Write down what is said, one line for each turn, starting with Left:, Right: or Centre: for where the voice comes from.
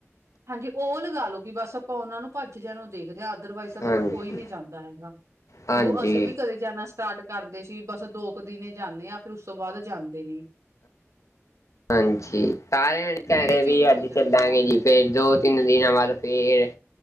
Right: ਹਾਂਜੀ ਉਹ ਲਗਾ ਲੋ ਕਿ ਬਸ ਆਪਾਂ ਉਹਨਾਂ ਨੂੰ ਭੱਜਦਿਆਂ ਨੂੰ ਦੇਖਦੇ ਆ ਅਦਰਵਾਈਜ਼
Left: ਹਾਂਜੀ
Right: ਦੇਖੋ ਕੋਈ ਨੀ ਜਾਂਦਾ ਹੈਗਾ,
Left: ਹਾਂਜੀ
Right: ਦੇਖੋ ਅਸੀਂ ਵੀ ਕਦੇ ਜਾਣਾ ਸਟਾਟ ਕਰਦੇ ਸੀ ਬਸ ਦੋ ਕੁ ਦਿਨ ਜਾਨੇ ਆ ਫਿਰ ਉਸ ਤੋਂ ਬਾਦ ਜਾਂਦੇ ਨੀ
Left: ਹਾਂਜੀ ਸਾਰੇ ਆਂ ਕਹਿ
Right: ਇਹ ਚੀਜ਼
Left: ਵੀ ਅੱਜ
Right: ਹੋ ਜਾਂਦੀ
Left: ਚੱਲਾਂਗੇ
Right: ਆ
Left: ਜੀ। ਫੇਰ ਦੋ, ਤਿੰਨ ਦਿਨਾਂ ਬਾਦ ਫੇਰ